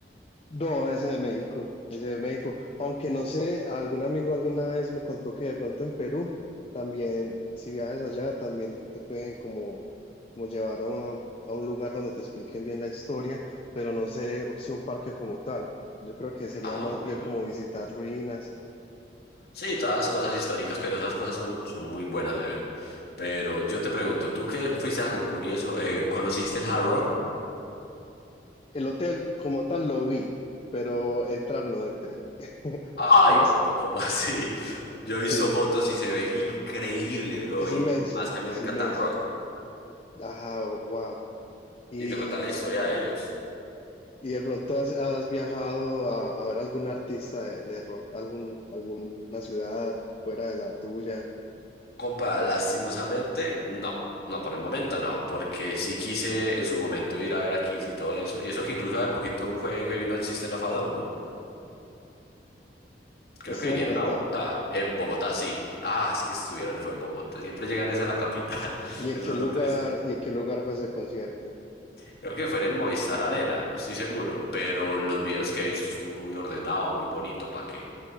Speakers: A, on the left (about 35°); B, on the left (about 60°).
A: No, ese de México, ese de México. Aunque no sé, algún amigo alguna vez me contó que de pronto en Perú también, si viajas allá, también te pueden como, como llevar a un, a un lugar donde te expliquen bien la historia, pero no sé si un parque como tal. Yo creo que sería
B: Ah,
A: más
B: bueno.
A: bien como visitar ruinas.
B: Sí, todas cosas históricas, pero esas cosas son, son muy buenas de ver. Pero yo te pregunto, tú que fuiste a Cancún y eso, eh, ¿conociste el Hard Rock?
A: El hotel como tal lo vi, pero entrar no entré. <laughs>
B: Ay,
A: Tú lo
B: compa,
A: has-
B: ¿cómo así? <laughs> Yo he
A: sí,
B: visto fotos y se ve increíble, bro.
A: es
B: Y
A: inmenso,
B: más que a mí
A: es
B: me encanta
A: inmenso.
B: el rock.
A: Ajá, wow. Y
B: Y te cuenta la historia de ellos.
A: ¿Y de pronto has, has viajado a, a ver algún artista de, de rock, algún, alguna ciudad fuera de la tuya?
B: Compa,
A: La-
B: lastimosamente, no. No, por el momento no, porque sí quise en su momento ir a ver a Kiss y todo eso. Y eso que incluso de poquito fue que vino el System of a Down, ¿no? Creo
A: Estuvo
B: que vinieron
A: en Bogotá.
B: a Bogotá. En Bogotá, sí. Ah, es que estuvieron, fue en Bogotá. Siempre llegan es a la capital. <laughs>
A: ¿Y en
B: Eso
A: qué
B: es
A: lugar,
B: lo triste.
A: y en qué lugar fue ese concierto?
B: Creo que fue en el Movistar Arena, no estoy seguro. Pero los videos que he visto estuvo muy ordenado, muy bonito. ¿Para qué?